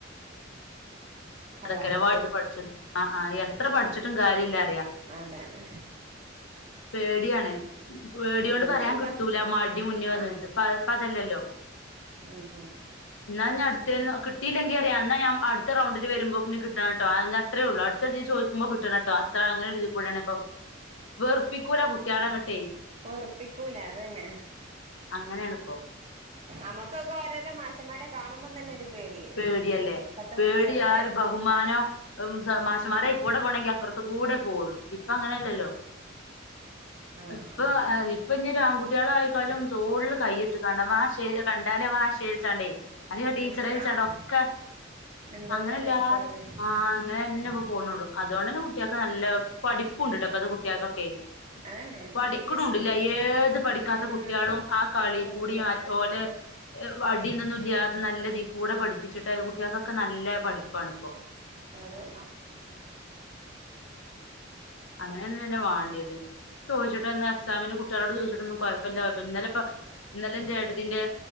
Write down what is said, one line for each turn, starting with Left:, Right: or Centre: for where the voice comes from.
Right: ഹലോ
Left: <unintelligible> ആഹ് ആഹ് എത്ര പഠിച്ചിട്ടും കാര്യ ഇല്ല അറിയാ.
Right: അതാണ്
Left: പേട്യാണ് പേട്യോണ്ട്
Right: ഉം
Left: പറയാൻ
Right: ഇപ്പ
Left: കിട്ടൂല മടി മുന്നി വന്ന്
Right: ആഹ്
Left: നിക്കും പ ഇപ്പം അതല്ലല്ലോ.
Right: ഉം ഉം
Left: ന്നാ ഞാൻ അട്ത്തേന് കിട്ടില്ലെങ്കി അറിയാ എന്നാ ഞാൻ അട് അട്ത്ത റൗണ്ടില് വരുമ്പോക്കിന് കിട്ടണട്ടോ അതങ്ങ് അത്രേ ഒള്ളൂ അടുത്തതീ ചോയ്ക്കുമ്പം കിട്ടണട്ടോ അത്ര അങ്ങനെ ഒര് ഇതികൂടേണ് വെർപ്പിക്കൂല കുട്ട്യാളെ ഇങ്ങട്ടെ.
Right: വെർപ്പിക്കൂല അതന്നെ
Left: അങ്ങനെയാണിപ്പോ
Right: അമ്മക്കൊക്കെ വ ത്തെര മാഷമാരെ കാണുമ്പം തന്നെ ഒരു പേടിയേനു
Left: പേട്യല്ലേ
Right: ഇപ്പത്തെ
Left: പേടി
Right: കുട്ടികൾക്ക്
Left: ആ ഒരു ബഹുമാനം ഉം സ മാഷ്മാരെ
Right: ഉം
Left: അയ്കൂടെ പോണങ്കി അപ്പർ ത്ത് കൂടെ പോവൊള്ളു ഇപ്പം അങ്ങനല്ലല്ലോ
Right: ആഹ്
Left: ഇപ്പം ആ ഇപ്പം ഇനി ആൺകുട്ട്യാള് ആയിക്കാലും തോള്ള് കൈയി ട്ട്കാണ്ടവാ മാഷ് കണ്ടാല് മാഷ് വിളിച്ചാണ്ടേ അല്ലയോ ടീച്ചറെ
Right: ഉം ആഹ്
Left: ഒക്കെ
Right: എന്തോ
Left: അങ്ങനല്ലാതെ
Right: രസാണ്
Left: അ ആഹ് അങ്ങനെന്നെ ഇപ്പം പോണൊള്ളു അതോണ്ടന്നെ കുട്ട്യക്ക് നല്ല പഠിപ്പും ഉണ്ട്ട്ടോ ഇപ്പത്തെ കുട്ട്യക്കൊക്കെ.
Right: അതന്നെ
Left: പഠിക്ക്ണുണ്ട്ല്ലേ
Right: വിദ്യാഭ്യാസം ഉണ്ട്
Left: ഏത് പഠിക്കാത്ത
Right: ഉം
Left: കുട്ട്യളും ആ കളി
Right: പഠിക്കണ്ട്
Left: കൂടിം അ ഓല് വടീന്നൊന്നും ഇല്ല്യതെ അത് നല്ല ഇതീ കൂടെ പഠിപ്പിച്ചിട്ട് കുട്ട്യക്കൊക്കെ നല്ല പഠിപ്പാണ് ഇപ്പോ
Right: അതന്നാ.
Left: അങ്ങനന്നെല്ലേ വാണ്ട്യത്. ചോയ്ച്ചിട്ടൊന്ന് എക്സാമിന് കുട്ട്യളോട് ചോദിച്ചിട്ടൊന്നും കൊഴപ്പല്ല കൊഴ ഇന്നലെ ഇപ്പം ഇന്നലെ എൻ്റെ ഏടത്തിന്റെ